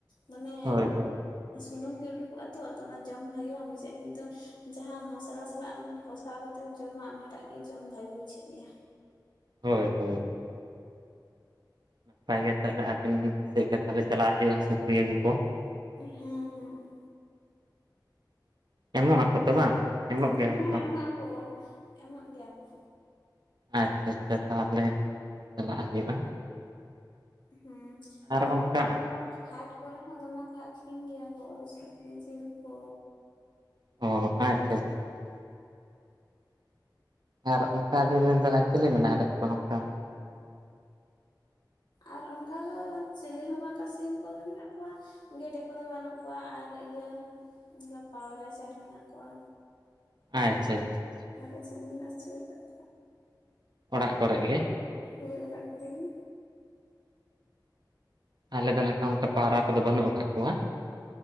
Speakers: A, on the left (about 70°); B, on the right (about 65°).
A: ᱫᱚᱢᱮ
B: ᱦᱳᱭ ᱦᱳᱭ
A: ᱥᱩᱱᱩᱢ ᱜᱮ ᱩᱰᱩᱠᱚᱜ-ᱟ ᱛᱚ ᱟᱫᱚ ᱚᱱᱟ ᱡᱚᱢ ᱵᱷᱟᱜᱤ ᱵᱟᱝ ᱵᱩᱡᱷᱟᱹᱜ-ᱟ ᱠᱤᱱᱛᱩ ᱡᱟᱦᱟᱸ ᱢᱚᱥᱞᱟ ᱥᱟᱞᱟᱜ ᱮᱢ ᱠᱚᱥᱟᱣ ᱠᱟᱛᱮ ᱛᱮᱢ ᱡᱚᱢᱟ ᱚᱱᱟᱴᱟᱜ ᱜᱮ ᱡᱚᱢ ᱵᱷᱟᱜᱮ ᱵᱩᱡᱷᱟᱹᱜ ᱜᱮᱭᱟ᱾
B: ᱦᱳᱭ ᱦᱳᱭ᱾ ᱱᱟᱯᱟᱭ ᱜᱮ ᱛᱟᱦᱚᱞᱮ ᱟᱵᱮᱱ ᱥᱮᱫ ᱜᱮ ᱛᱟᱦᱚᱞᱮ ᱪᱟᱞᱟᱜ ᱦᱩᱭᱩᱜ-ᱟ ᱥᱩᱠᱨᱤᱭᱟᱹ ᱟᱜᱩ ᱠᱚ᱾
A: ᱦᱮᱸ ᱦᱮᱸ
B: ᱮᱢᱚᱜ ᱟᱠᱚ ᱛᱚ ᱵᱟᱝ? ᱮᱢᱚᱜ
A: ᱦᱮᱸ
B: ᱜᱮᱭᱟ ᱠᱚ
A: ᱮᱢᱚᱜ ᱟᱠᱚ ᱮᱢᱚᱜ ᱜᱮᱭᱟ ᱠᱚ᱾
B: ᱟᱪᱪᱷᱟ ᱟᱪᱪᱷᱟ ᱛᱟᱦᱚᱞᱮ ᱪᱟᱞᱟᱜ ᱦᱩᱭᱩᱜ-ᱟ᱾
A: ᱦᱩᱸ ᱟᱞᱮ
B: ᱚᱱᱠᱟ
A: ᱥᱮᱫ ᱫᱚ ᱦᱟᱴ ᱠᱚᱨᱮ ᱦᱚᱸ ᱫᱚᱢᱮ ᱠᱚ ᱟᱠᱷᱨᱤᱧ ᱜᱮᱭᱟ ᱠᱚ ᱥᱩᱠᱨᱤ ᱡᱤᱞ ᱠᱚ᱾
B: ᱚ ᱟᱪᱪᱷᱟ ᱟᱪᱪᱷᱟ᱾ ᱟᱪᱪᱷᱟ ᱟᱨ ᱚᱱᱠᱟ ᱟᱵᱤᱱ ᱨᱮᱱ ᱫᱚ ᱟᱨ ᱪᱮᱞᱮ ᱢᱮᱱᱟᱜ ᱟᱠᱟᱫ ᱠᱚᱣᱟ ᱚᱱᱠᱟ
A: ᱟᱨ ᱚᱱᱠᱟ ᱫᱚ ᱪᱮᱞᱮ ᱦᱚᱸ ᱵᱟᱝᱠᱟ ᱥᱤᱢ ᱠᱚᱜᱮ ᱢᱮᱱᱟᱜ ᱠᱚᱣᱟ᱾ ᱜᱮᱰᱮ ᱠᱚᱫᱚ ᱵᱟᱹᱱᱩᱜ ᱠᱚᱣᱟ ᱟᱨ ᱤᱭᱟᱹ ᱚᱱᱠᱟ ᱯᱟᱣᱨᱟ ᱪᱮᱸᱬᱮ ᱢᱮᱱᱟᱜ ᱠᱚᱣᱟ᱾
B: ᱟᱪᱪᱷᱟ ᱟᱪᱪᱷᱟ᱾ ᱟᱪᱪᱷᱟ
A: <unintelligible>
B: ᱚᱲᱟᱜ ᱠᱚᱨᱮᱜ ᱜᱮ᱾
A: ᱦᱳᱭ ᱚᱲᱟᱜ ᱠᱚᱨᱮ ᱜᱤ᱾
B: ᱟᱞᱮ ᱫᱚ ᱱᱟᱜ-ᱠᱟᱱ ᱚᱱᱠᱟ ᱯᱟᱣᱨᱟ ᱠᱚᱫᱚ ᱵᱟᱹᱱᱩᱜ ᱟᱠᱟᱫ ᱠᱚᱣᱟ᱾